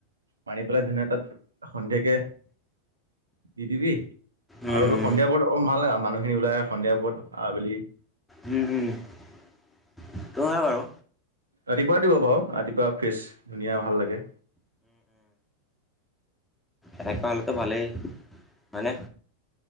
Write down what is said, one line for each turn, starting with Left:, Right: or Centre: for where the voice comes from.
Right: মানি পেলাই ধুনীয়াকৈ তাত সন্ধিয়াকে দি দিবি
Centre: উম
Right: আৰুটো
Centre: উম
Right: সন্ধিয়াৰ পৰত ভাল লাগে মানুহখিনি ওলাই সন্ধিয়া পৰত আবেলি
Centre: উম উম হয় বাৰু
Right: ৰাতিপুৱা দিব বাৰু ৰাতিপুৱা ফ্ৰেছ ধুনীয়া ভাল লাগে
Centre: এনেকোৱা হ'লেতো ভালেই হয়নে